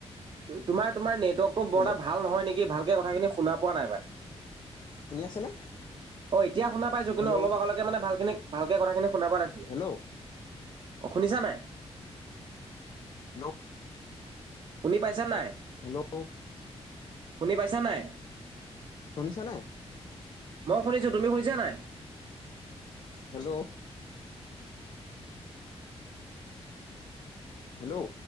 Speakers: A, on the right; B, on the left.
A: তোমাৰ তোমাৰ নেত টো
B: হেল্ল'
A: বৰ এটা ভাল নহয় নেকি? ভালকে কথাখিনি শুনা পোৱা নাই পাই।
B: শুনি আছেনে
A: অ', এতিয়া শুনা পাইছো, কিন্তু
B: হেল্ল'
A: অলপ আগলৈকে মানে ভাল খিনি ভালকে কথাখিনি শুনা পোৱা নাছিলো,
B: হেল্ল'
A: অ', শুনিছা নে নাই?
B: ন।
A: শুনি পাইছা নে নাই?
B: হেল্ল'।
A: শুনি পাইছা নে নাই?
B: শুনিছা নাই
A: মই শুনিছো, তুমি শুনিছা নে নাই?
B: হেল্ল'। হেল্ল'।